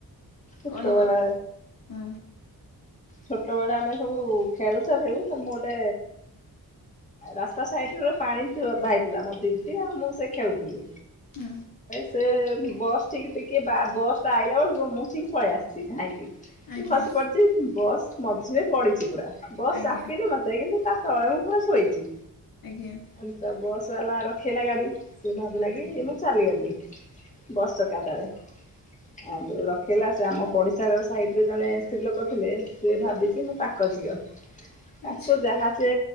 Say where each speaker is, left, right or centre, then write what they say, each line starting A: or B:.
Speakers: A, on the left; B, on the left.
A: ଏତବେଳ
B: କହିବ ହୁଁ
A: ଛୋଟ ବେଳେ ଆମେ ସବୁ ଖେଳୁ ଖେଳୁ ମୁଁ ଗୋଟେ ରାସ୍ତା ସାଇଡ ର ପାଣି ଡଭା ହେଇଥିଲା ମୋ ଦିଦି ଆଉ ମୁଁ ସେ ଖେଳୁଥିଲୁ।
B: ହୁଁ
A: ସେ ବସ୍ ଟିକି ଟିକେ ବା ବସଟା ଆଇଲା ବେଳକୁ ମୁଁ ଠିକ୍ ପଳେଇ ଆସିଛି ଧାଇଁକି ମୁଁ
B: ଆଜ୍ଞା!
A: ଖସି ପଡିଛି ବସ୍ ମଝିରେ ପଡିଚି ପୁରା ବସ୍
B: ଆଜ୍ଞା
A: ଚାପିନି ମତେ କିନ୍ତୁ ତା ତଳେ ମୁଁ ପୁରା ଶୋଇଚି।
B: ଆଜ୍ଞା
A: ଏମତା ବସ୍ ବାଲା ରଖେଇଲା ଗାଡ଼ି ସେ ଭାବିଲା କି ମୁଁ ଚାଲିଗଲି ବସ୍ ଚକାତଳେ ହାଠୁ ରଖେଇଲା ସେ ଆମ ପଡିଶା ଘର ସଇଟରେ ଜଣେ ସ୍ତ୍ରୀ ଲୋକ ଥିଲେ ସେ ଭାବିଛି ମୁଁ ତାଙ୍କ ଝିଅ ତାକୁ
B: ଆଚ୍ଛା
A: ଯାହା ସେ